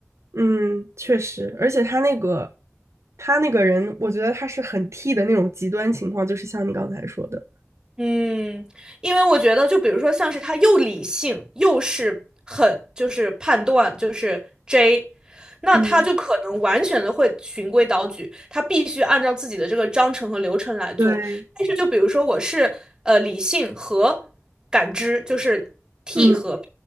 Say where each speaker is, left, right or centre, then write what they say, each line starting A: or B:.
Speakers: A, on the right; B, on the right.
A: 嗯，确实，而且他那个他那个人，我觉得他是很 T 的那种极端情况，就是像你刚才说的。
B: 嗯因为我觉得，就比如说，像是他又理性，又是很就是判断，就是 J，那他就可能完全的会循规蹈矩，
A: 嗯，
B: 他必须按照自己的这个章程和流程来做。
A: 对，
B: 但是，就比如说我是呃理性和感知，就是 T
A: 嗯
B: 和。